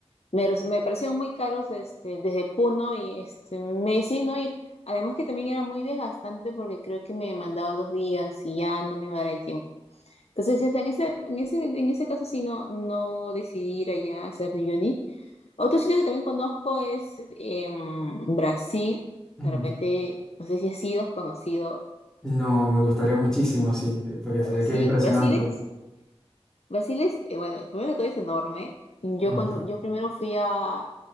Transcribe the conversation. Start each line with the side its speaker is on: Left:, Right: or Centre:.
Left: Me, res- me parecieron muy caros este, desde Puno y este, me decidí no ir. Además que también era muy desgastante porque creo que me mandaba dos días y ya no me iba a dar el tiempo. Entonces, es- en ese, en ese, en ese caso sí no, no decidí ir allá al Cerro de Uyuni. Otro sitio que también conozco es em, Brasil.
Centre: ujú.
Left: De repente, no sé si has sido conocido
Centre: No, me gustaría muchísimo, sí, eh, porque se
Left: Brasil.
Centre: ve que es impresionante.
Left: Brasil es, Brasil es, eh, bueno, primero que todo es enorme. Yo
Centre: Ujú,
Left: cuando, yo primero fui a